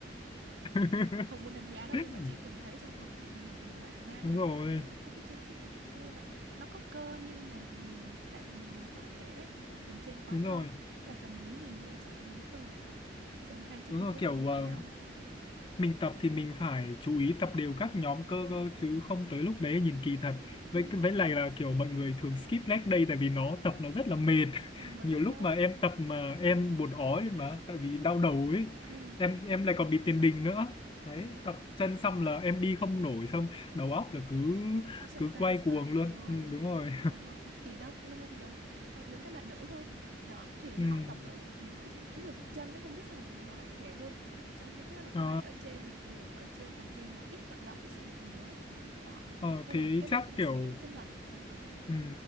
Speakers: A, on the left; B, on the right.
A: <laughs>
B: không muốn đánh giá đâu nhưng mà chị
A: <laughs>
B: từng thấy trong phòng chị nhiều nhiều bạn nam
A: đúng
B: là
A: rồi
B: nó cái chân giống hai cái que vậy nó có cơ nhưng mà nhìn tại vì mình nhìn tổng thể ấy, thì phần trên quá
A: đúng
B: to
A: rồi
B: là phần dưới nhìn như là chả có miếng cơ nào giống hai chiếc
A: đúng
B: đũa
A: rồi kiểu
B: đứng với
A: ờ,
B: nhau
A: mình tập thì mình phải chú ý tập đều các nhóm cơ cơ chứ không tới lúc đấy nhìn kỳ thật
B: <laughs>
A: với với lại là kiểu mọi người thường skip leg day tại vì nó tập nó rất là mệt
B: Ừ,
A: <laughs>
B: nó
A: nhiều
B: đau
A: lúc mà
B: ấy
A: em tập mà em buồn ói lên mà tại vì đau đầu ấy
B: Ừ.
A: em em lại còn bị tiền đình nữa đấy tập chân xong là em đi không nổi xong đầu óc là cứ
B: nó xoay
A: cứ
B: xoay
A: quay
B: xoay
A: cuồng luôn
B: ừ
A: ừ,
B: đúng
A: đúng rồi
B: rồi đó thì đó cũng nó cũng giống nó cũng giống các bạn nữ thôi đó thì
A: <laughs> ừ.
B: họ tập ở tự chỉ cái lực chân ấy không biết sao là nó lại khỏe hơn trong khi cái lực
A: Ờ,
B: tay ở trên thì thường ở trên phần trên là ít vận động ít sử dụng nhiều ấy đó
A: ờ,
B: nên
A: thế
B: là cái
A: chắc
B: lực nó
A: kiểu
B: sẽ chênh lệch ừ
A: Ừ.